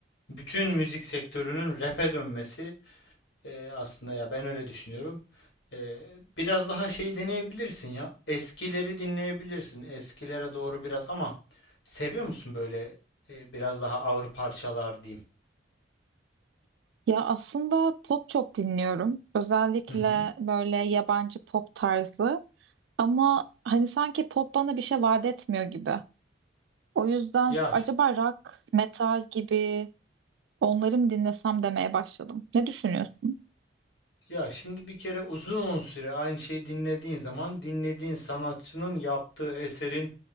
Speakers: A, on the left (about 70°); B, on the right (about 70°).
A: bütün müzik sektörünün rap'e dönmesi. E, aslında ya ben öyle düşünüyorum. E, biraz daha şey deneyebilirsin ya. Eskileri dinleyebilirsin. Eskilere doğru biraz ama seviyor musun böyle e, biraz daha ağır parçalar diyeyim?
B: Ya aslında pop çok dinliyorum. Özellikle
A: Hı hı.
B: böyle yabancı pop tarzı. Ama hani sanki pop bana bir şey vaat etmiyor gibi. O yüzden
A: Ya
B: acaba rock, metal gibi onları mı dinlesem demeye başladım. Ne düşünüyorsun?
A: Ya şimdi bir kere uzun süre aynı şeyi dinlediğin zaman dinlediğin sanatçının yaptığı eserin